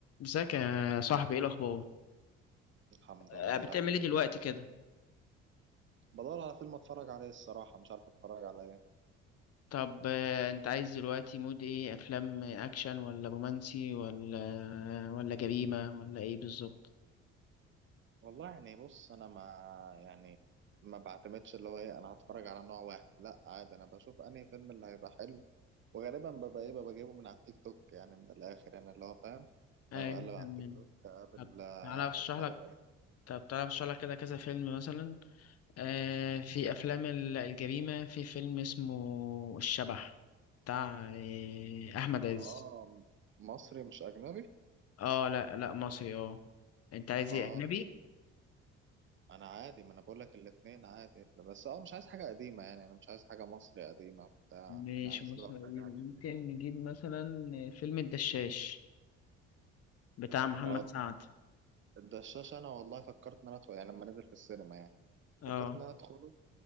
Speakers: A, on the left (about 45°); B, on the right (about 35°).
A: ازيك يا صاحبي ايه الاخبار
B: الحمد
A: آه،
B: لله
A: بتعمل ايه دلوقتي كده
B: بدور على فيلم اتفرج عليه الصراحة مش عارف اتفرج على ايه
A: طب آه، انت عايز دلوقتي مود ايه افلام اكشن ولا رومانسي ولا ولا جريمه ولا ايه بالظبط
B: والله يعني بص انا ما يعني ما بعتمدش اللي هو ايه انا هتفرج على نوع واحد لا عادي انا بشوف انهي فيلم اللي هيبقى حلو وغالبا ببقى ايه ببقى جايبه من على التيك توك يعني من الاخر يعني اللي هو فاهم
A: ايوه
B: أنا بقلب على
A: فاهمين.
B: التيك توك اقابل
A: طب
B: آه،
A: تعالى اشرح
B: اللي
A: لك
B: هو ايه
A: طب تعالى اشرح لك كده كذا فيلم مثلا آه في افلام ال- الجريمه في فيلم اسمه الشبح بتاع آه، احمد عز
B: اه مصري مش اجنبي
A: اه لا لا مصري اه انت عايز
B: اه
A: ايه اجنبي
B: انا عادي ما انا بقول لك الاثنين عادي بس اه مش عايز حاجة قديمة يعني انا مش عايز حاجة مصري قديمة بتاع
A: مش
B: انا عايز
A: مسلسل
B: لو
A: قديم
B: حاجة حاجة
A: ممكن
B: جديدة
A: نجيب مثلا فيلم الدشاش بتاع محمد
B: اه
A: سعد
B: الدشاش انا والله فكرت ان انا ادخل يعني لما نزل في السينما يعني
A: اه
B: فكرت ان انا ادخله